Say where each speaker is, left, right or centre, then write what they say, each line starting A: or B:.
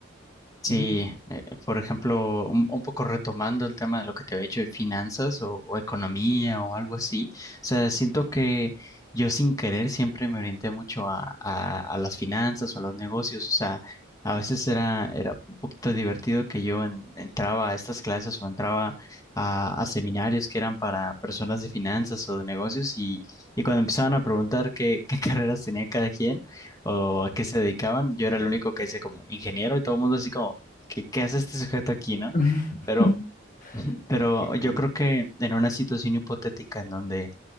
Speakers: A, on the left; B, on the left.
A: Sí,
B: Y...
A: eh, por ejemplo, un, un poco retomando el tema de lo que te había dicho de finanzas o, o economía o algo así, o sea, siento que yo sin querer siempre me orienté mucho a, a- a las finanzas o a los negocios, o sea, a veces era, era un poquito divertido que yo en- entraba a estas clases o entraba a, a seminarios que eran para personas de finanzas o de negocios y, y cuando empezaban a preguntar qué, <laughs> qué carreras tenía cada quien o a qué se dedicaban. Yo era el único que hice como ingeniero y todo el mundo así como, ¿qué, qué hace este sujeto aquí, no?
B: <laughs>
A: Pero, <laughs> pero
B: Ok,
A: yo
B: sí.
A: creo que en una situación hipotética en donde